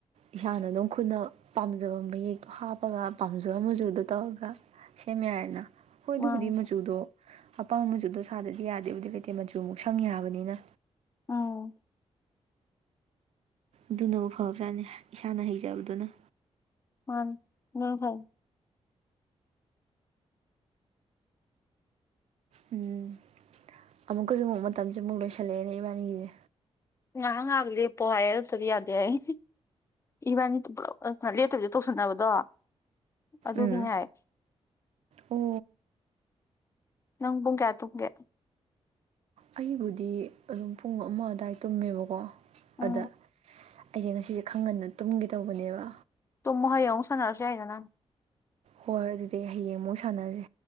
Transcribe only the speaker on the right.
ꯏꯁꯥꯅ ꯑꯗꯨꯝ ꯈꯨꯠꯅ ꯄꯥꯝꯖꯕ ꯃꯌꯦꯛꯇꯣ ꯍꯥꯞꯄꯒ ꯄꯥꯝꯖꯕ ꯃꯖꯨꯗꯣ ꯇꯧꯔꯒ ꯁꯦꯝ ꯌꯥꯔꯦꯗꯅ ꯍꯣꯏ ꯑꯗꯨꯕꯨꯗꯤ
ꯃꯆꯨꯗꯣ ꯑꯄꯥꯝꯕ ꯃꯆꯨꯗꯣ ꯁꯥꯗꯗꯤ ꯌꯥꯗꯦ ꯗꯤꯂꯩꯇꯦ ꯃꯆꯨ ꯑꯃꯨꯛ ꯁꯪ ꯌꯥꯕꯅꯤꯅ
ꯑꯗꯨꯅꯕꯨꯨ ꯐꯕꯖꯥꯠꯅꯤ ꯏꯁꯥꯅ ꯍꯩꯖꯕꯗꯨꯅ
ꯎꯝ ꯑꯃꯨꯛꯀꯖꯨ ꯑꯃꯨꯛ ꯃꯇꯝꯖꯦ ꯑꯃꯨꯛ ꯂꯣꯏꯁꯤꯜꯂꯛꯑꯦꯅꯦ ꯏꯕꯥꯅꯤꯒꯤꯖꯦ
ꯎꯝ
ꯑꯣ
ꯑꯩꯕꯨꯗꯤ ꯑꯗꯨꯝ ꯄꯨꯡ ꯑꯃ ꯑꯗꯥꯏ ꯇꯨꯝꯃꯦꯕꯀꯣ
ꯑꯗ ꯑꯩꯖꯦ ꯉꯁꯤꯁꯦ ꯈ ꯒꯟꯅ ꯇꯨꯝꯒꯦ ꯇꯧꯕꯅꯦꯕ
ꯍꯣꯏ ꯑꯗꯨꯗꯤ ꯍꯌꯦꯡ ꯑꯃꯨꯛ ꯁꯥꯟꯅꯖꯦ